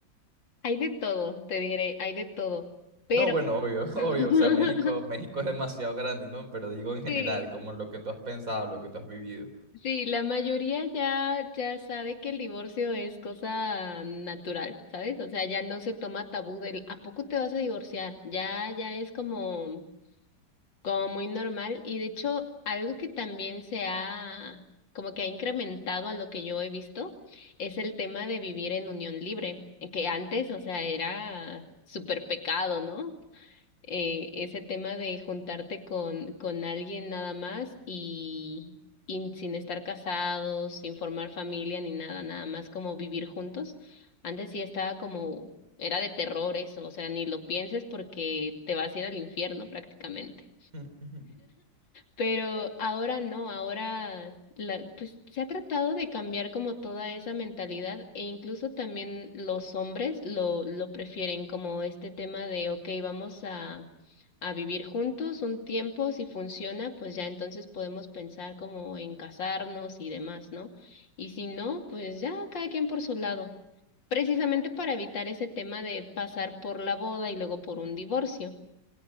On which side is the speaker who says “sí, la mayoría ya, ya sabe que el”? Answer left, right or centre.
Left